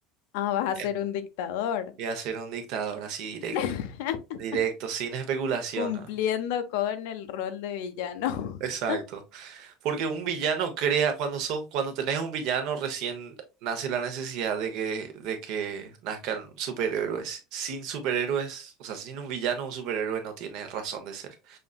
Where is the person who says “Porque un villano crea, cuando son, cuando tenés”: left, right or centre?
Right